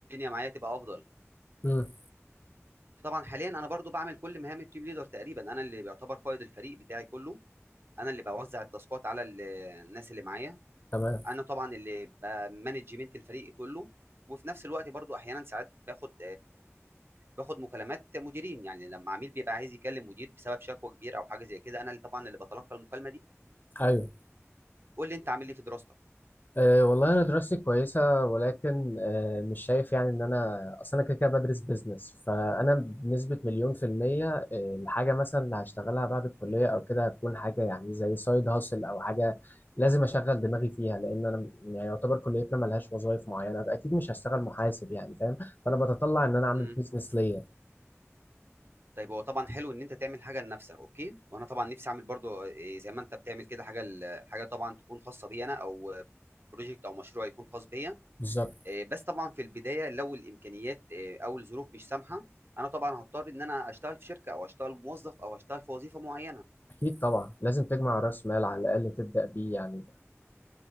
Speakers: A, on the right; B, on the left.
A: معايا تبقى افضل
B: مم.
A: طبعا حاليا انا برضو بعمل كل مهام التيم ليدر تقريبا انا اللي بيعتبر قائد الفريق بتاعي كله انا اللي بوزع التاسكات على ال- الناس اللي معايا
B: تمام
A: انا طبعا اللي بمانجمنت الفريق كله وفي نفس الوقت برضو احيانا ساعات باخد باخد مكالمات مديرين، يعني لمّا عميل بيبقى عايز يكلم مدير بسبب شكوى كبيرة أو حاجة زي كده، أنا اللي طبعًا اللي باتلقى المكالمة دي،
B: أيوه
A: قُل لي أنت عامل إيه في دراستك؟
B: أه والله أنا دراستي كويسة ولكن أه مش شايف يعني إن أنا أصل أنا كده كده بدرس بيزنس فأنا بنسبة مليون في المية أه الحاجة مثلا اللي هشتغلها بعد الكلية أو كده هتكون حاجة يعني زي سايد هاسل أو حاجة لازم أشغل دماغي فيها لأن أنا م- يعني يعتبر كليتنا ملهاش وظائف معينة أكيد مش هشتغل محاسب يعني فاهم فأنا بتطلع إن أنا أعمل
A: إمم،
B: بيزنس ليا
A: طيب هو طبعًا حلو إن أنت تعمل حاجة لنفسك أوكي، وأنا طبعًا نفسي أعمل برضه آآ زي ما أنت بتعمل كده حاجة ل حاجة طبعًا تكون خاصة بيّا أنا أو project أو مشروع يكون خاص بيّا،
B: بالظبط
A: آآ بس طبعًا في البداية لو الإمكانيات آآ أو الظروف مش سامحة، أنا طبعًا هاضطر إن أنا أشتغل في شركة أو أشتغل موظف أو أشتغل في وظيفة معيّنة،
B: أكيد طبعا لازم تجمع رأس مال على الأقل تبدأ بيه يعني